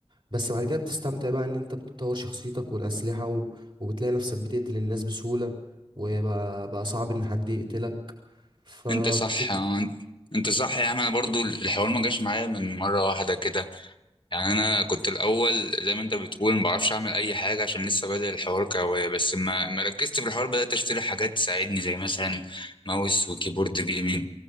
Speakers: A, on the right; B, on the left.
A: بس بعد كده بتستمتع بقى ان انت بتطور شخصيتك والأسلحة و... وبتلاقي نفسك بتقتل الناس بسهولة وبقى بقى صعب ان حد يقتلك فبتبقى
B: انت صح اه، انت صح يا عم انا برضو الحوار ما جاش معايا من مره واحده كده يعني انا كنت الاول زي ما انت بتقول ما بعرفش اعمل اي حاجه عشان لسه بادئ الحوار كهوايه بس ما ما ركزت في الحوار بدات اشتري حاجات تساعدني زي مثلا ماوس وكيبورد جيمنج